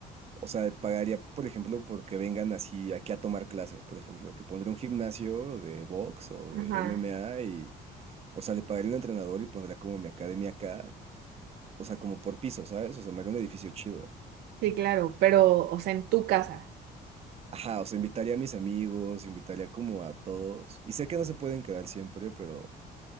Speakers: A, on the right; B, on the right.
A: o sea, pagaría, por ejemplo, porque vengan así aquí a tomar clases, por ejemplo, que pondría un gimnasio de box o
B: Ajá,
A: de MMA y, o sea, le pagaría un entrenador y pondría como mi academia acá, o sea, como por piso, ¿sabes? O sea, me haría un edificio chido.
B: sí, claro, pero, o sea, en tu casa.
A: Ajá, o sea, invitaría a mis amigos, invitaría como a todos. Y sé que no se pueden quedar siempre, pero,